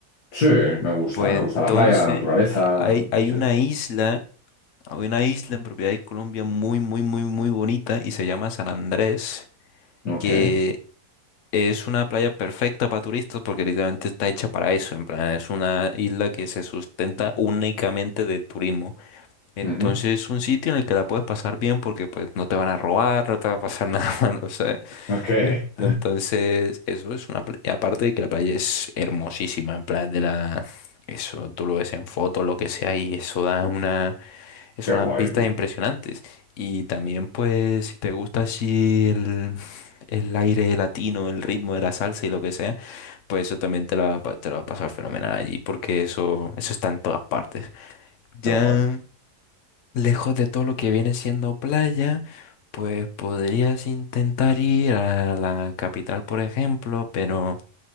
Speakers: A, on the left (about 70°); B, on the left (about 55°).
A: Sí, me gusta,
B: Pues
A: me gusta
B: entonces,
A: la playa, la naturaleza.
B: a- hay, hay
A: Sí.
B: una isla, hay una isla en propiedad de Colombia muy, muy, muy, muy bonita y se llama San Andrés,
A: Ok.
B: que Es una playa perfecta para turistas porque literalmente está hecha para eso. En plan, es una isla que se sustenta únicamente del turismo. Entonces
A: ujú,
B: es un sitio en el que la puedes pasar bien porque pues no te van a robar, no te va a pasar nada <laughs> malo, ¿sabes?
A: <laughs> Ok. Qué
B: En- Entonces eso es una playa. Aparte de que la playa es hermosísima, en plan de la... Eso tú lo ves en fotos, lo que sea, y eso da una... Es
A: guay,
B: unas vistas
A: tío.
B: impresionantes. Y también, pues, si te gusta así el, el aire latino, el ritmo de la salsa y lo que sea, pues eso también te lo va a pa- te lo va a pasar fenomenal allí, porque eso, eso está en todas partes. Ya
A: Qué guay.
B: lejos de todo lo que viene siendo playa, pues podrías intentar ir a la capital, por ejemplo, pero